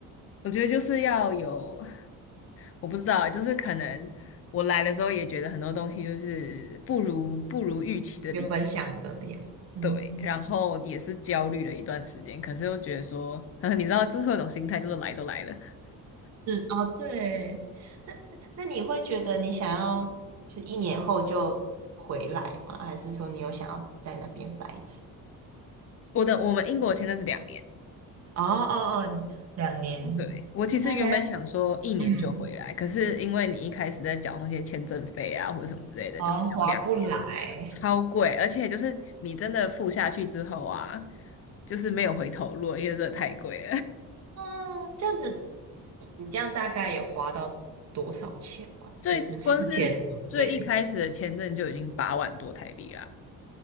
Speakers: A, on the left; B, on the right.
A: 我觉得就是要有，我不知道啊，就是可能我来的时候也觉得很多东西就是不如不如预期的理想，
B: 原本想的那样。嗯，
A: 对，然后也是焦虑了一段时间，可是又觉得说，<laughs> 你知道，就是会有种心态，就是来都来了。
B: 哦，对，那那你会觉得你想要就一年后就回来吗？还是说你有想要在那边待着？
A: 我的我们英国签证是两年。
B: 哦哦哦，两年，
A: 对，我其实原本想说一年就回来，
B: 哦大家嗯，
A: 可是因为你一开始在缴那些签证费啊或者什么之类的，
B: 哦，
A: 就是缴两年，
B: 划不来。
A: 超贵，而且就是你真的付下去之后啊，就是没有回头路了因为这太贵了。<laughs>
B: 嗯，这样子，你你这样大概有花到多少钱吗？
A: 最光是最一开始的签证就已经八万多台币啦，
B: 就是事前准备